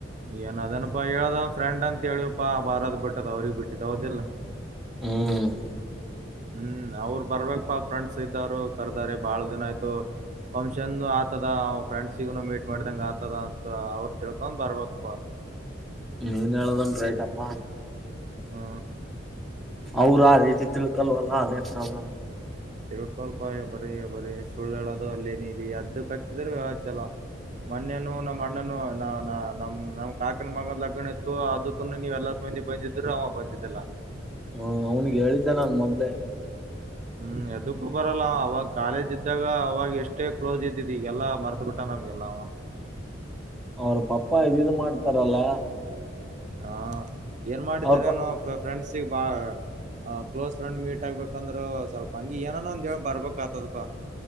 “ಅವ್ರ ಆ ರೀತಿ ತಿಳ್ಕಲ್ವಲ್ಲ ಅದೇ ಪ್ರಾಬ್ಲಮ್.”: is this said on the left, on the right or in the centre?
Centre